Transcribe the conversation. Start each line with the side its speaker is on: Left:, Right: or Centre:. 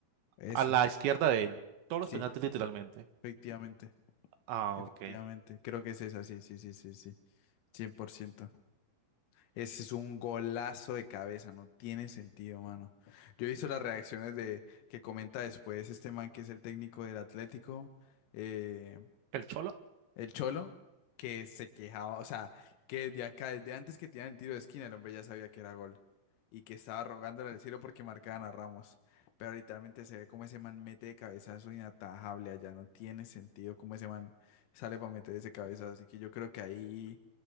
Left: eso,
Right: a la izquierda de él. Todos
Left: sí,
Right: los penaltis literalmente.
Left: efectivamente.
Right: Ah,
Left: Efectivamente,
Right: ok.
Left: creo que es esa, sí, sí, sí, sí, sí, cien por ciento Ese es un golazo de cabeza, no tiene sentido, mano. Yo he visto las reacciones de que comenta después este man que es el técnico del Atlético, eh,
Right: El Cholo.
Left: el Cholo, que se quejaba, o sea, que desde acá, desde antes que tiran el tiro de esquina, el hombre ya sabía que era gol. Y que estaba rogándole al cielo porque marcaban a Ramos. Pero literalmente se ve como ese man mete de cabezazo inatajable allá. No tiene sentido cómo ese man sale para meter ese cabezazo. Así que yo creo que ahí,